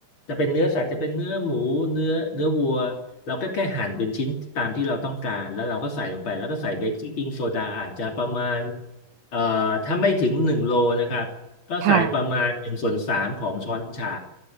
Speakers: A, on the left; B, on the right.
A: จะเป็นเนื้อสัตว์จะเป็นเนื้อหมูเนื้อเนื้อวัวเราก็แค่หั่นเป็นชิ้นตามที่เราต้องการแล้วเราก็ใส่ลงไปแล้วก็ใส่เบกกิ้งโซดาอาจจะประมาณเอ่อถ้าไม่ถึงหนึ่งโลนะครับก็ใส่ประมาณหนึ่งส่วนสามของช้อนชา
B: ค่ะ